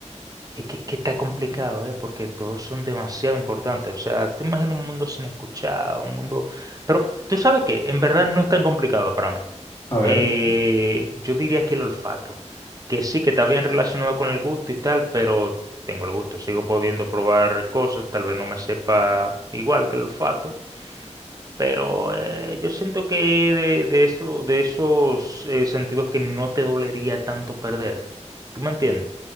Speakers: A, on the right; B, on the left.
A: es que, que está complicado, ¿eh? Porque todos son demasiado importantes. O sea, te imaginas un mundo sin escuchar, un mundo... Pero tú sabes que en verdad no es tan complicado para mí.
B: A ver,
A: Eh,
B: Mira.
A: yo diría que el olfato, que sí que está bien relacionado con el gusto y tal, pero tengo el gusto, sigo pudiendo probar cosas, tal vez no me sepa igual que el olfato Pero eh, yo siento que de, de eso, de esos eh, sentidos que no te dolería tanto perder. ¿Tú me entiendes?